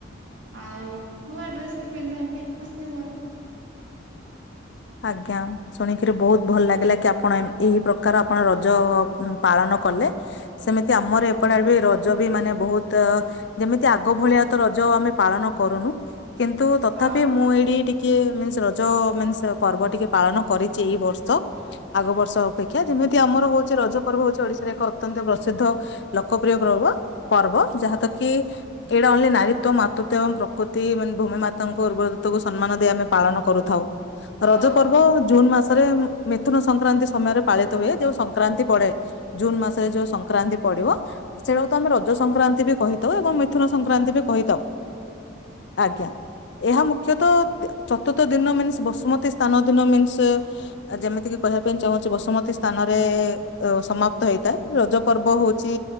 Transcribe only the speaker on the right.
ଆଉ ନୂଆ ଡ୍ରେସ୍‌ ବି ପିନ୍ଧାନ୍ତି ଖୁସି ହୁଅନ୍ତି।
ହଁ
ହଁ